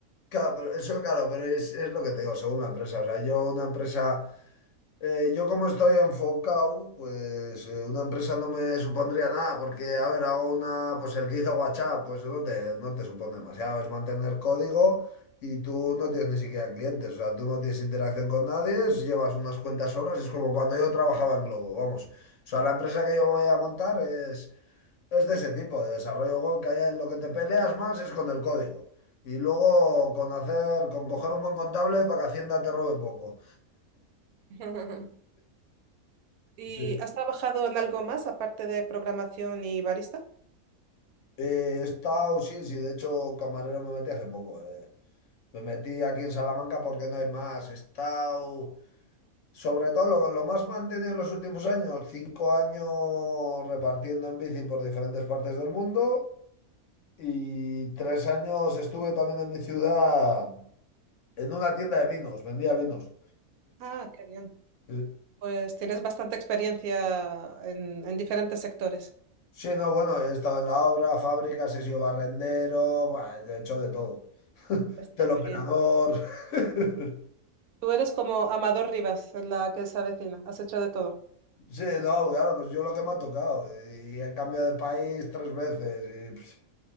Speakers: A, on the left (about 65°); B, on the right (about 80°).
A: Claro, pero eso claro, pero es, es lo que te digo, según la empresa. O sea, yo una empresa Eh, yo como estoy enfocado, pues eh, una empresa no me supondría nada, porque, a ver, hago una, pues el que hizo WhatsApp, pues no te, no te supone demasiado, es mantener código y tú no tienes ni siquiera clientes, o sea, tú no tienes interacción con nadie, es- llevas unas cuentas solas, es como cuando yo trabajaba en Globo, vamos. O sea, la empresa que yo me voy a montar es, es de ese tipo, de desarrollo web, que hay- lo que te peleas más es con el código. Y luego con hacer, con coger un buen contable para que Hacienda te robe poco.
B: <laughs> ¿Y
A: Sí.
B: has trabajado en algo más aparte de programación y barista?
A: Eh, he estado, sí, sí, de hecho, camarero me metí hace poco. eh. Me metí aquí en Salamanca porque no hay más. He estado, sobre todo lo, lo más mantenido en los últimos años, cinco años repartiendo en bici por diferentes partes del mundo y tres años estuve también en mi ciudad en una tienda de vinos, vendía vinos.
B: Ah, qué bien.
A: Eh,
B: Pues tienes bastante experiencia en, en diferentes sectores.
A: Sí, no, bueno, he estado en la obra, fábricas, he sido barrendero, buah, he hecho de todo. <laughs>
B: Está
A: Teleoperador.
B: muy bien.
A: <laughs>
B: Tú eres como Amador Rivas, en la que se avecina. Has hecho de todo.
A: Sí, no, claro, pues yo lo que me ha tocado. Y he cambiado de país tres veces. Y pues,